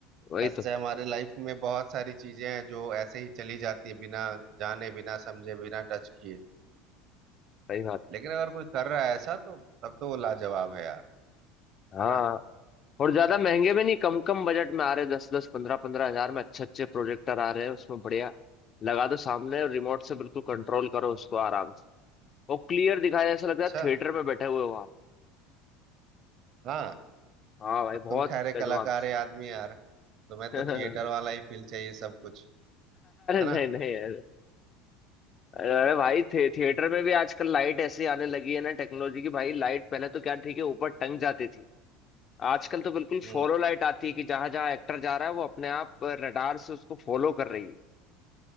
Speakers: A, on the left; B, on the right.
A: वही
B: ऐसे
A: तो
B: हमारे लाइफ में बहुत सारी चीजें हैं जो ऐसे ही चली जाती है बिना जाने बिना समझे बिना टच किए
A: सही बात
B: लेकिन अगर कोई कर रहा है ऐसा तो तब तो वो लाजवाब है यार
A: हाँ
B: है ना
A: और ज्यादा महंगे भी नहीं कम कम बजट में आ रहे दस दस पंद्रह पंद्रह हजार में अच्छे अच्छे प्रोजेक्टर आ रहे हैं उसमें बढ़िया लगा दो सामने और रिमोट से बिल्कुल कंट्रोल करो उसको आराम से वो क्लियर दिखाया जैसा लगता
B: अच्छा
A: है थिएटर में बैठे हुए हो आप
B: हाँ
A: हाँ भाई
B: अब
A: बहुत
B: तुम ठहरे कलाकार
A: एडवांस
B: है आदमी यार तुम्हें
A: <laughs>
B: तो
A: अरे
B: थिएटर वाला ही फील चाहिए सब कुछ है ना
A: नहीं नहीं अरे अरे भाई थे, थिएटर में भी आजकल लाइट ऐसी आने लगी है ना टेक्नोलॉजी की भाई लाइट पहले तो क्या ठीक है ऊपर टंग जाती थी आजकल तो बिल्कुल
B: हम्म
A: फॉलो लाइट आती है कि जहां जहां एक्टर जा रहा है वो अपने आप रडार से उसको फॉलो कर रही है